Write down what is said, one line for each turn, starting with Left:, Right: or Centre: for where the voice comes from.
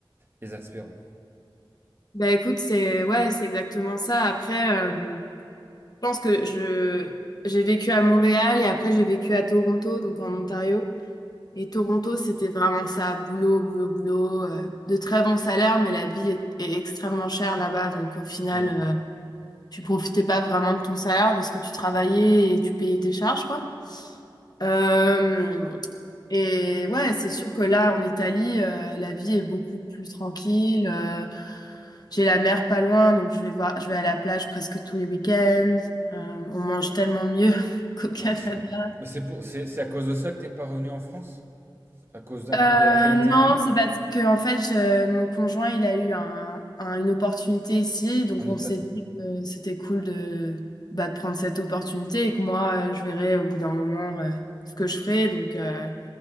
Right: exaspérant.
Left: Bah écoute, c'est ouais, c'est exactement ça. Après, euh, je pense que je j'ai vécu à Montréal et après j'ai vécu à Toronto, donc en Ontario. Et Toronto, c'était vraiment ça, boulot, boulot, boulot, euh, de très bons salaires, mais la vie est, est extrêmement chère là-bas. Donc au final,
Right: Ouais.
Left: euh, tu profitais pas vraiment de ton salaire parce que tu travaillais et tu payais tes charges, quoi. Euh, et ouais, c'est sûr que là, en Italie, euh, la vie est beaucoup plus tranquille. euh, j'ai la mer pas loin, donc je vais voir, je vais à la plage presque tous les week-ends. Euh, on mange tellement mieux <laughs> qu'au Canada.
Right: Ah oui, c'est vrai. Mais c'est pour, c'est, c'est à cause de ça que t'es pas revenu en France? À cause d'un peu
Left: Euh,
Right: de la qualité
Left: non,
Right: de vie
Left: c'est parce que en fait, je- mon conjoint, il a eu un, un- une opportunité ici, donc
Right: en
Left: on
Right: Italie.
Left: s'est dit que c'était cool de, bah, de prendre cette opportunité et que moi, euh, je verrai au bout d'un moment euh, ce que je ferai. Donc, euh,